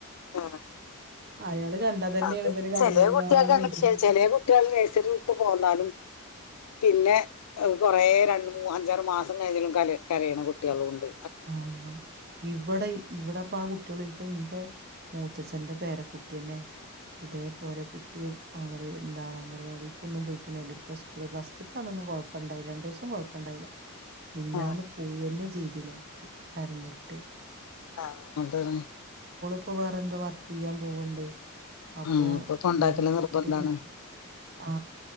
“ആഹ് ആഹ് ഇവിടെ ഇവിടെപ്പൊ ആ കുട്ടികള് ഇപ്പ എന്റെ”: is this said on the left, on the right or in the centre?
Right